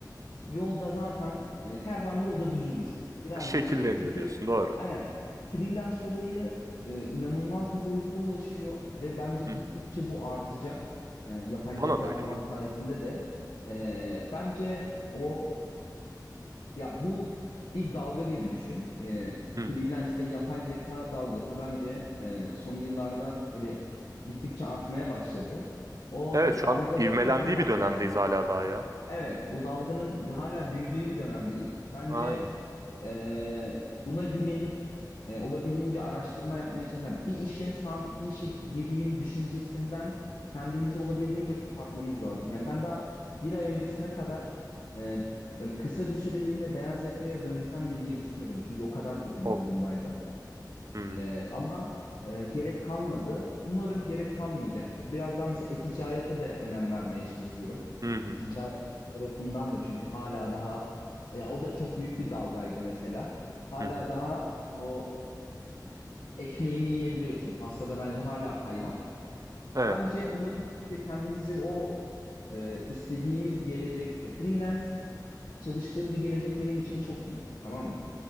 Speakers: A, on the left (about 80°); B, on the right (about 50°).
A: yolda zaten e, kervan yolda düzülür. Birazcık
B: Şekilleniyor
A: şey olur çünkü
B: diyorsun. Doğru.
A: aynen freelance olayı e, inanılmaz bir boyuta ulaşıyor ve bence gittikçe
B: Hı hı.
A: bu artacak. E, yapay zeka
B: Bana da öyle
A: falan
B: geliyor.
A: sayesinde de E, bence o ya bu bir dalga gibi düşün. Ee,
B: Hı
A: freelance
B: hı.
A: ve yapay zeka dalgası bence e, son yıllarda böyle gittikçe artmaya başladı. O
B: Evet şu
A: dalgada
B: an ivmelendiği
A: takılmak
B: bir dönemdeyiz
A: lazım.
B: hala daha ya.
A: Evet, bu dalganın hala büyüdüğü bir dönemdeyiz. Bence
B: Aynen.
A: e, buna güvenip e, olabildiğince araştırma yapmaya çalışan bir işe, sabit bir işe gireyim düşüncesinden kendimizi olabildiğince kopartmamız lazım. Yani ben daha bir ay öncesine kadar e, böyle kısa bir süreliğine beyaz yakaya dönsem mi diye düşünüyordum. Çünkü o kadar kötü bir
B: O.
A: durumdaydım.
B: Hı.
A: Ee, ama e, gerek kalmadı. Umarım gerek kalmayacaktır. Biraz daha mesela e-ticarete de önem vermeye çalışıyorum.
B: Hı hı.
A: E-ticaret tarafından da çünkü hala daha ya o da çok büyük bir dalgaydı mesela. Hala
B: Hı hı.
A: daha o ekmeğini yiyebiliyorsun. Pastada bence hala pay var.
B: Evet.
A: Bence olabildiğince kendimizi o e, istediğimiz gelecek işte freelance çalıştığım bir gelecek benim için çok iyi. Tamam mı?